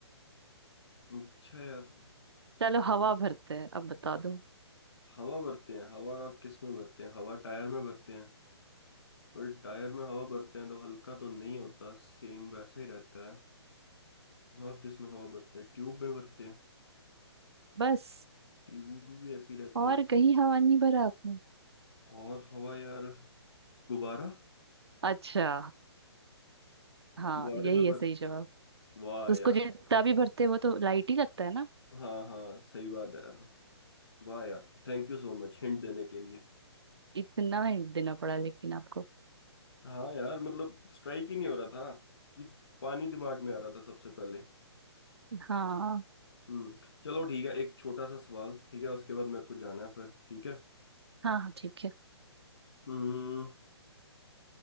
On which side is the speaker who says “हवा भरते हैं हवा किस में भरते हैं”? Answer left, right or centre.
Left